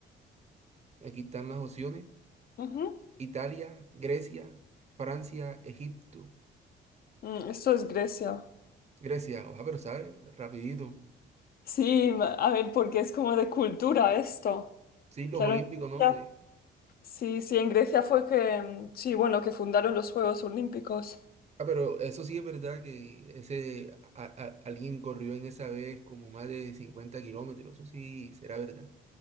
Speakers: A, on the right; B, on the left.
A: Aquí están las opciones.
B: Ujú.
A: Italia, Grecia, Francia, Egipto.
B: Mm, esto es Grecia.
A: Grecia, ojalá, pero ¿sabes? Rapidito.
B: Sí, ma- a ver, porque es como de cultura esto.
A: Sí, los
B: Claro,
A: Olímpicos,
B: en
A: ¿no?
B: Grecia- sí, sí, en Grecia fue que, mm, sí, bueno, que fundaron los Juegos Olímpicos.
A: Ah, pero eso sí es verdad que ese a- a- alguien corrió en esa vez como más de 50 kilómetros. Eso sí será verdad.